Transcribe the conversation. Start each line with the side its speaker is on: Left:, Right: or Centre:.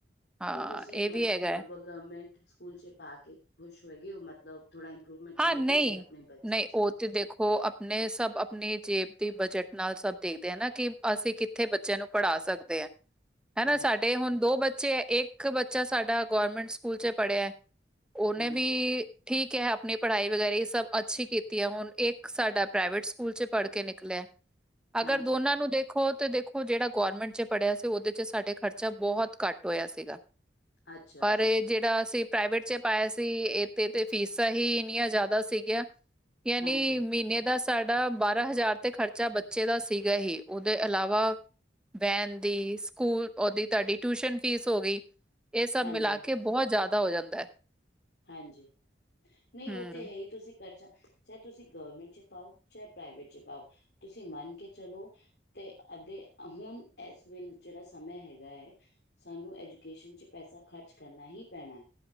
Centre: ਹਾਂ
Left: ਤੇ ਤੁਸੀਂ
Centre: ਇਹ
Left: ਮਤਲਬ
Centre: ਵੀ ਹੈਗਾ ਹੈ।
Left: ਗਵਰਮੈਂਟ ਸਕੂਲ ਚ ਪਾ ਕੇ ਖੁਸ਼ ਹੈਗੇ ਹੋ ਮਤਲਬ ਥੋੜਾ ਇੰਪ੍ਰੂਵਮੈਂਟ ਤਾਨੁ
Centre: ਹਾਂ ਨਹੀਂ
Left: ਦਿਖ ਰਿਹਾ ਆਪਣੇ ਬੱਚੇ
Centre: ਨਹੀਂ
Left: ਚ
Centre: ਉਹ
Left: <unintelligible>
Centre: ਤੇ ਦੇਖੋ ਆਪਣੇ ਸਭ ਆਪਣੀ ਜੇਬ ਦੀ ਬਜਟ ਨਾਲ ਸਭ ਦੇਖਦੇ ਨਾ ਕਿ ਅਸੀਂ ਕਿ ਇੱਥੇ ਬੱਚਿਆਂ ਨੂੰ ਪੜ੍ਹਾ ਸਕਦੇ ਹੈ <unintelligible> ਹਨਾ
Left: ਹਾਂਜੀ
Centre: ਸਾਡੇ ਹੁਣ ਦੋ ਬੱਚੇ ਹੈ ਇੱਕ ਬੱਚਾ ਸਾਡਾ ਗੌਰਮੈਂਟ ਸਕੂਲ ਚ ਪੜ੍ਹਿਆ ਹੈ ਉਹਨੇ
Left: ਹਾਂਜੀ
Centre: ਵੀ ਠੀਕ ਹੈ ਆਪਣੇ ਪੜ੍ਹਾਈ ਵਗੈਰਾ ਇਹ ਸਭ ਅੱਛੀ ਕੀਤੀ ਹੈ ਹੁਣ ਇੱਕ ਸਾਡਾ ਪ੍ਰਾਈਵੇਟ ਸਕੂਲ ਚ ਪੜ੍ਹ ਕੇ ਨਿਕਲਿਆ ਅਗਰ
Left: ਹਾਂਜੀ
Centre: ਦੋਨਾਂ ਨੂੰ ਦੇਖ ਦੇਖੋ ਤੇ ਦੇਖੋ ਜਿਹੜਾ ਗੋਰਮੈਂਟ ਚ ਪੜ੍ਹਿਆ ਸੀ ਉਹਦੇ ਚ ਸਾਡੇ ਖਰਚਾ ਬਹੁਤ ਘੱਟ ਹੋਇਆ ਸੀਗਾ
Left: ਅੱਛਾ
Centre: ਪਰ
Left: ਅੱਛਾ
Centre: ਇਹ ਜਿਹੜਾ ਅਸੀਂ ਪ੍ਰਾਈਵੇਟ ਚ ਪਾਇਆ ਸੀ ਇਹਦੇ ਤੇ ਫੀਸਾਂ ਹੀ ਜ਼ਿਆਦਾ ਸੀਗੀਆਂ ਯਾਨੀ
Left: ਹਾਂਜੀ
Centre: ਮਹੀਨੇ ਦਾ ਸਾਡਾ ਬਾਰਾਂ ਹਜ਼ਾਰ ਤੇ ਖ਼ਰਚਾ ਬੱਚੇ ਦਾ ਸੀਗਾ ਹੀ ਉਹਦੇ ਇਲਾਵਾ ਵੈਣ ਦੀ ਸਕੂਲ ਓਦੀ ਤੁਹਾਡੀ ਟਿਊਸ਼ਨ ਫੀਸ ਹੋ ਗਈ ਇਹ ਸਭ
Left: ਹਾਂਜੀ
Centre: ਮਿਲਾ ਕੇ ਬਹੁਤ ਜਿਆਦਾ ਹੋ ਜਾਂਦਾ ਹੈ
Left: ਹਾਂਜੀ ਨਹੀਂ
Centre: ਹੂੰ
Left: ਉਹ ਤੇ ਹੈ ਹੀ ਤੁਸੀਂ ਕਰਚਾ ਚਾਹੇ ਤੁਸੀਂ ਗਵਰਮੈਂਟ ਚ ਪਾਓ ਚਾਹੇ ਪ੍ਰਾਈਵੇਟ ਚ ਪਾਓ ਤੁਸੀਂ ਮੰਨ ਕੇ ਚਲੋ <unintelligible> ਤੇ ਅਧ ਹੁਣ ਇਸ ਵੇਲੇ ਜਿਹੜਾ ਸਮੇ ਹੈਗਾ ਹੈ <unintelligible> ਸਾਨੂੰ ਐਜੂਕੇਸ਼ਨ ਚ ਪੈਸਾ ਖਰਚ ਕਰਨਾ ਹੀ ਪੈਣਾ ਹੈ